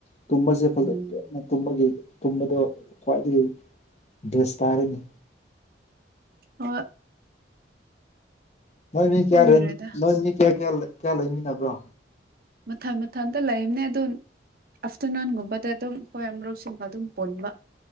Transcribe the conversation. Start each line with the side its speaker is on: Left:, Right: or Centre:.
Left: ꯇꯨꯝꯕꯁꯦ ꯐꯖꯟꯅ
Right: ꯎꯝ
Left: ꯄꯦꯟꯅ ꯇꯨꯝꯕꯒꯤ ꯇꯨꯝꯕꯗꯣ ꯈ꯭ꯋꯥꯏꯗꯒꯤ ꯕꯦꯁ ꯇꯔꯤꯅꯤ
Right: ꯍꯣꯏ
Left: ꯅꯣꯏ ꯃꯤ ꯀꯌꯥ
Right: ꯈꯪꯗ꯭ꯔꯦꯗ
Left: ꯂꯩ ꯅꯣꯏ ꯃꯤ ꯀꯌꯥ ꯀꯌꯥ ꯀꯌꯥ ꯂꯩꯃꯤꯟꯅꯕ꯭ꯔꯣ
Right: ꯃꯊꯟ ꯃꯊꯧꯇꯥꯕ ꯂꯩꯝꯅꯦ ꯑꯗꯨꯝ ꯑꯥꯐꯇꯔꯅꯨꯟꯒꯨꯝꯕꯗ ꯑꯗꯨꯝ ꯍꯣꯏ ꯃꯔꯨꯞꯁꯤꯡꯕ ꯑꯗꯨꯝ ꯄꯨꯟꯕ